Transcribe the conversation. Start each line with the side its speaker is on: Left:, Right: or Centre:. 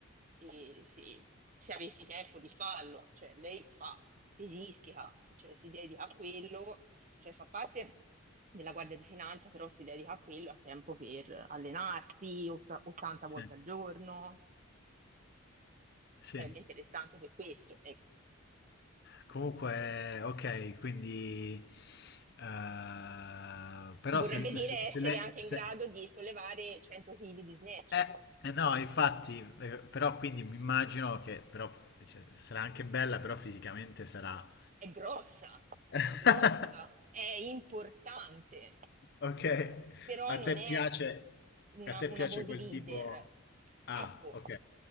Right: e se, se avessi tempo di farlo. Cioè, lei fa pesistica, cioè si dedica a quello cioè fa parte della Guardia di Finanza, però si dedica a quello, ha tempo per allenarsi ott- 80
Left: Sì.
Right: volte al giorno,
Left: Sì.
Right: sarebbe interessante per questo. Ecco.
Left: Comunque, ok, quindi... eh, però
Right: Vorrebbe
Left: se,
Right: dire
Left: se, se
Right: essere
Left: lei...
Right: anche
Left: se-
Right: in grado di sollevare 100 kg di snatch.
Left: eh, eh no, infatti, eh, però quindi mi immagino che però, cioè, sarà anche bella, però fisicamente sarà...
Right: È grossa,
Left: <laughs>
Right: è grossa, è importante,
Left: Ok,
Right: però
Left: a
Right: non
Left: te
Right: è
Left: piace,
Right: una,
Left: a te
Right: una
Left: piace
Right: bodybuilder.
Left: quel tipo... Ah,
Right: Ecco,
Left: ok.